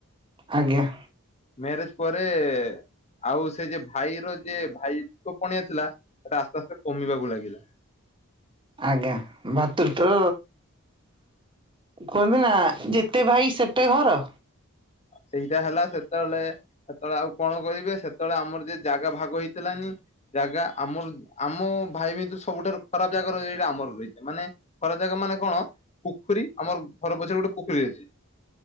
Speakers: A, on the right; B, on the left.
A: ଆଜ୍ଞା
B: ମ୍ୟାରେଜ ପରେ ଆଉ ସେ ଯେ ଭାଇର ଯେ ଭାଇତ୍ଵ ପଣିଆ ଥିଲା ସେଇଟା ଆସ୍ତେ ଆସ୍ତେ କମିବାକୁ ଲାଗିଲା।
A: ଆଜ୍ଞା ଭାତୃତ୍ୱ କୁହନ୍ତି ନା ଯେତେ ଭାଇ ସେତେ ଘର।
B: ସେଇଟା ହେଲା ସେତେବେଳେ ସେତେବେଳେ ଆଉ କଣ କରିବେ ସେତେବେଳେ ଆମର ଯେ ଜାଗା ଭାଗ ହେଇଥିଲାନି। ଜାଗା ଆମର ଆମ ଭାଇ ଭିତରୁ ସବୁଠାରୁ ଖରାପ ଜାଗା ରହିଇଟା ଆମର ରହିଛି ମାନେ ଖରାପ ଜାଗ ମାନେ କଣ ପୋଖରୀ ଆମର ଘର ପଛରେ ଗୋଟେ ପୋଖରୀ ଅଛି।